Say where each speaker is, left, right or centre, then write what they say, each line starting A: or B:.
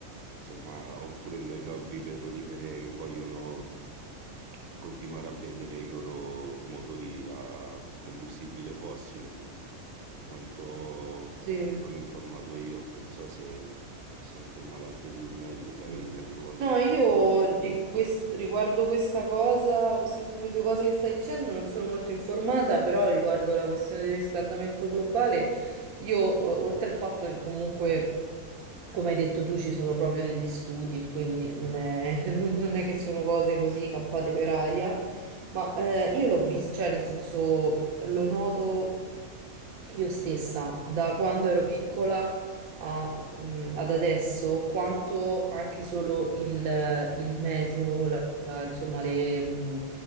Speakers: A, on the right (about 50°); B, on the right (about 75°).
A: insomma, oppure le lobby petrolifere che vogliono continuare a vendere i loro motori a combustibile fossile, per quanto
B: Sì.
A: mi sono informato io, non so se ti sei informato anche tu in merito, se avevi
B: Mm.
A: letto qualcosa
B: No, io
A: in merito.
B: di quest- riguardo questa cosa, queste ultime due cose che stai dicendo, non sono molto informata, però riguardo la questione del riscaldamento globale, io, eh, oltre al fatto che comunque, come hai detto tu, ci sono proprio degli studi e quindi non è, <laughs> non è che sono cose così campate per aria, ma eh, io l'ho visto, cioè nel senso lo noto io stessa da quando ero piccola mh, ad adesso quanto anche solo il, il meteo, la- la- insomma, le, mh,